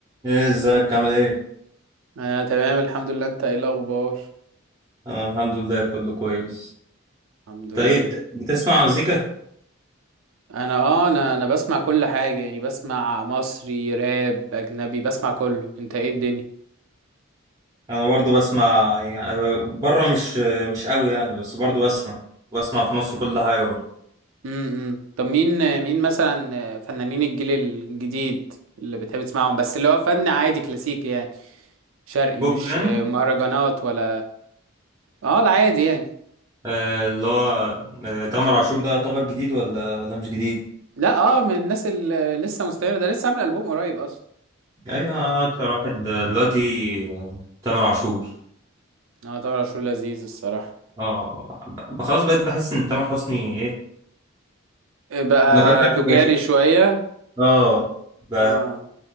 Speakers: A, on the right; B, on the right.
A: ايه ازيك عامل ايه
B: انا تمام الحمد لله انت ايه الاخبار
A: انا الحمد لله كله كويس
B: الحمد لله
A: طيب بتسمع مزيكا
B: انا اه انا انا بسمع كل حاجه يعني بسمع مصري راب اجنبي بسمع كله انت ايه الدنيا
A: انا برضو بسمع يعني بره مش مش قوي يعني بس برضو بسمع بسمع في مصر كل حاجه برضو
B: امم طب مين مين مثلا فنانين الجيل الجديد اللي بتحب تسمعهم بس اللي هو فن عادي كلاسيكي يعني شرقي
A: بوب
B: مش
A: يعني
B: مهرجانات ولا اه العادي يعني
A: آه اللي هو آه تامر عاشور ده يعتبر جديد ولا ولا مش جديد
B: لا اه من الناس اللي لسه مستمر ده لسه عامل البوم قريب اصلا
A: ايوه اكتر واحد دلوقتي آه، تامر عاشور
B: اه طبعا عاشور لذيذ الصراحه
A: اه ب- خلاص بقيت بحس ان تامر حسني ايه
B: بقى
A: ما بقاش عارف
B: تجاري
A: يواكب.
B: شويه
A: اه ب-
B: اه